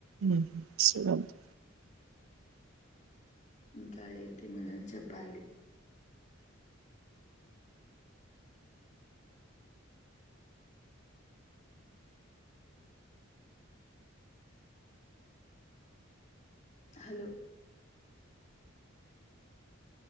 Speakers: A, on the right (about 80°); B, on the left (about 35°).
A: మ్మ్ హ్మ్ <inaudible>
B: ఇంకా ఏంటి మేడం చెప్పాలి హలో